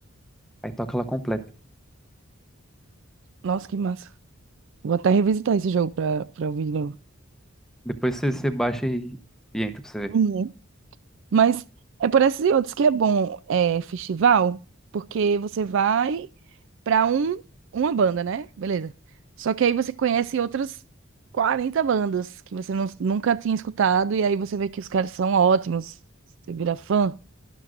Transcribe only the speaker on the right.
Nossa, que massa. Vou até revisitar esse jogo pra, pra ouvir de novo.
Uhum.
Mas é por esses e outros que é bom, é, festival, porque você vai. pra um, uma banda, né? Beleza. Só que aí você conhece outras 40 bandas que você não- nunca tinha escutado, e aí você vê que os caras são ótimos. Você vira fã.